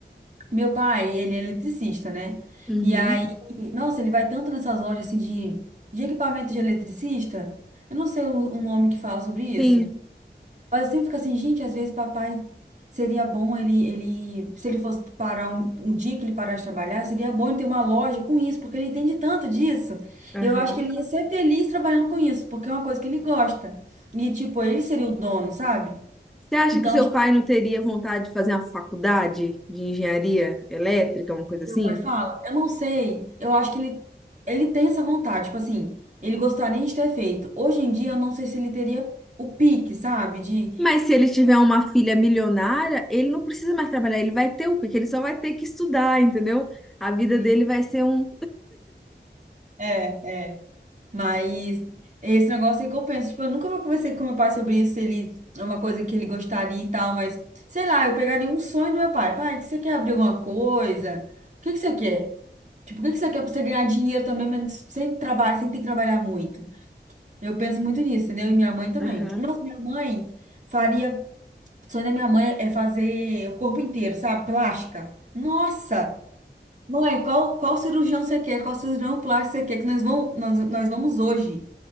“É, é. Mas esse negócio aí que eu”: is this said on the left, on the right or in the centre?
Right